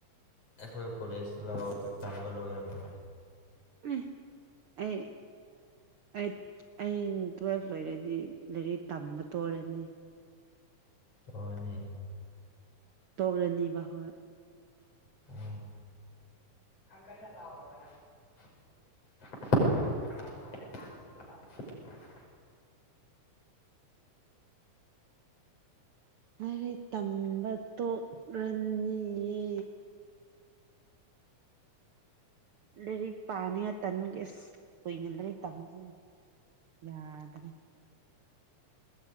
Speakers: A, on the left; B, on the right.
A: ꯑꯩꯈꯣꯏ ꯀꯣꯂꯦꯖꯇ ꯂꯥꯛꯑꯣ ꯑꯗꯨ ꯇꯝꯕ ꯂꯣꯏꯔꯒ
B: ꯎ ꯑꯩ ꯑꯩꯠ ꯑꯩ ꯇꯨꯋꯦꯜꯐ ꯂꯣꯏꯔꯗꯤ ꯂꯥꯏꯔꯤꯛ ꯇꯝꯕ ꯇꯔꯅꯤ
A: ꯇꯣꯑꯅꯤ
B: ꯇꯣꯛꯔꯅꯤꯕ ꯍꯣꯏ
A: <unintelligible> <unintelligible>
B: ꯂꯥꯏꯔꯤꯛ ꯇꯝꯕ ꯇꯔꯅꯤꯌꯦ ꯂꯩꯔꯤ ꯄꯥꯅꯤ ꯇꯟꯃꯒꯦ ꯑꯁ ꯀꯨꯏꯅ ꯂꯔꯤ ꯇꯝꯁꯦ ꯌꯥꯗꯅ